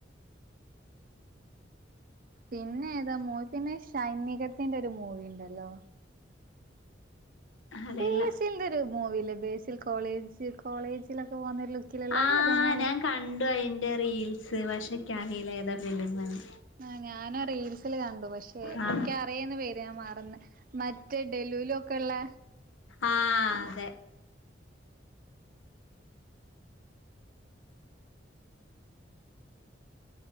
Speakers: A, on the right; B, on the left.
A: പിന്നെ ഏതാ മൂവി പിന്നെ ഷൈൻ നികത്തിന്റെ ഒരു മൂവിണ്ടല്ലൊ.
B: അറിയില്ല
A: ബേസിൽന്റെ ഒരു മൂവില്ലേ ബേസിൽ കോളേജ് കോളേജിലൊക്കെ പോവ്ന്ന ഒര് ലു ക്കിലെല്ലാതെ
B: ആ
A: ഏതാ മൂവി?
B: ഞാൻ കണ്ടു അയ്ന്റെ റീൽസ് പക്ഷേ ക്കേറീലാ ഏതാ ഫിലീംമ്ന്ന്.
A: ആഹ് ഞാനും റീൽസില് കണ്ടു പക്ഷെ
B: ആ
A: ക്കേ പറയുന്ന പേര് ഞാൻ മറന്നു മറ്റേ ഡേലൂലു ഒക്കള്ളേ.
B: ആഹ് അതെ.